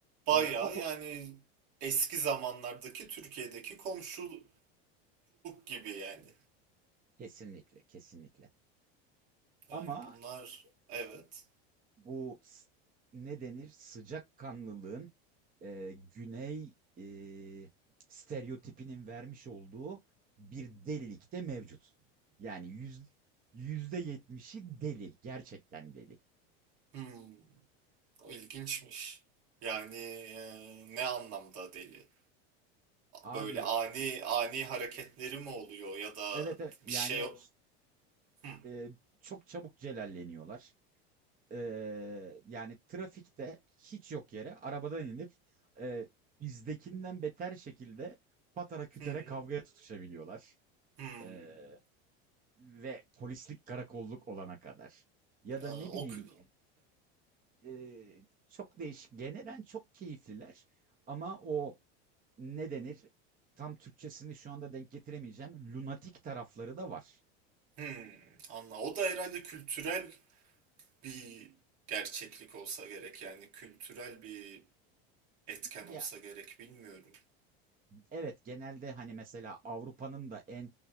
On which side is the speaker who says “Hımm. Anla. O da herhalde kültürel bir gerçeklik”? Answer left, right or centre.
Right